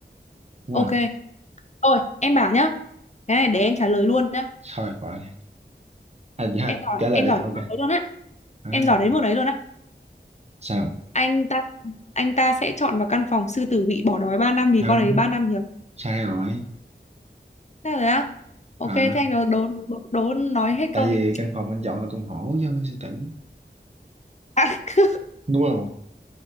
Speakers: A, on the right; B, on the left.
A: đúng
B: ok
A: không?
B: thôi em bảo nhá cái này để em trả lời luôn nhá
A: Thôi bỏ đi. À, dạ,
B: em
A: thôi,
B: giỏi
A: trả lời
B: em
A: đi.
B: giỏi đến
A: Ok.
B: mức đấy luôn á
A: À,
B: em giỏi đến mức đấy luôn á
A: sao?
B: anh ta anh ta sẽ chọn vào căn phòng sư tử bị bỏ đói ba năm vì
A: Không,
B: con ấy 3 năm nhiều
A: sai rồi.
B: thế rồi á ok
A: À,
B: thế anh đố đố đố, đố nói hết
A: tại
B: câu
A: vì
B: đi
A: căn phòng anh chọn là con hổ chứ không phải sư tử,
B: <laughs>
A: đúng không?